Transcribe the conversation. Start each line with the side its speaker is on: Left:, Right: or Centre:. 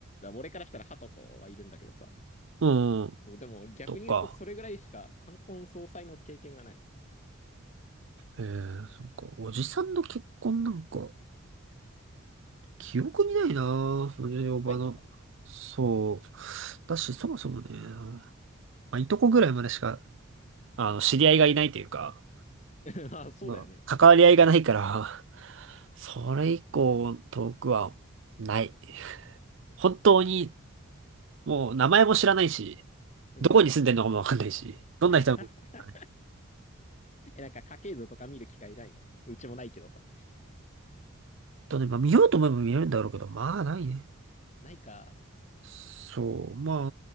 Left: から俺からしたら、ハとコはいるんだけどさ。
Right: うん、
Left: そう、でも逆に言うと、
Right: とか。
Left: それぐらいしか冠婚葬祭の経験がない。
Right: ええー、そっか。おじさんの結婚なんか、記憶にないなぁ。おじおばの。
Left: ないか
Right: そう。だし、そもそもね、まあ、いとこぐらいまでしか、あの、知り合いがいないというか、
Left: <laughs> まあ、そうだよね。
Right: まあ、関わり合いがないから、<laughs> それ以降、遠くは、ない。本当に、もう、名前も知らないし、
Left: うん。
Right: どこに住んでるのかもわかんないし、どんな人なのかもわかんない
Left: <laughs> え、なんか、家系図とか見る機会ないのうちもないけどさ。
Right: とね、まあ、見ようと思えば見れるんだろうけど、まあ、ないね。
Left: ないか。
Right: そう、まあ、